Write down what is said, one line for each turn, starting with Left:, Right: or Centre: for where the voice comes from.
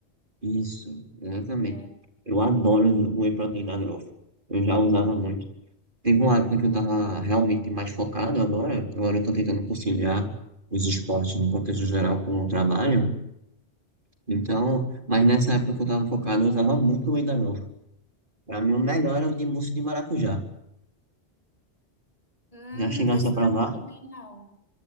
Right: isso, exatamente.
Left: É.
Right: Eu adoro o whey protein da Growth. Eu já usava muito. Teve uma época que eu tava realmente mais focado agora, agora eu tô tentando conciliar os esportes no contexto geral com o trabalho, então, mas nessa época que eu tava focado, eu usava muito o whey da Growth. Pra mim, o melhor era o de mousse de maracujá.
Left: Hum,
Right: Já chegasse
Left: esse
Right: a provar?
Left: não também não.